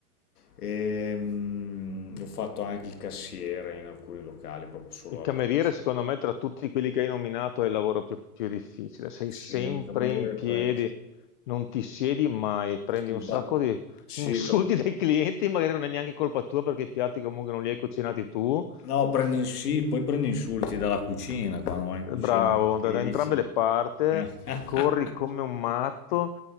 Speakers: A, on the left; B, on the left.
A: E, mm, ho fatto anche il cassiere in alcuni locali, proprio solo
B: Il cameriere,
A: alla casa.
B: secondo me, tra tutti quelli che hai nominato, è il lavoro più, più difficile. Sei
A: Sì,
B: sempre
A: il cameriere
B: in
A: e
B: piedi,
A: il pezzo.
B: non ti siedi mai, prendi
A: Il
B: un sacco
A: ba-
B: di
A: Sì,
B: insulti
A: per-
B: <laughs> dai clienti, magari non è neanche colpa tua perché i piatti comunque non li hai cucinati tu.
A: no, prendi, in- sì, poi prendi insulti dalla cucina quando vai in
B: Bravo,
A: cucina, che
B: da,
A: gli
B: da
A: dici?
B: entrambe le parti, e
A: Eh. <laughs>
B: corri come un matto,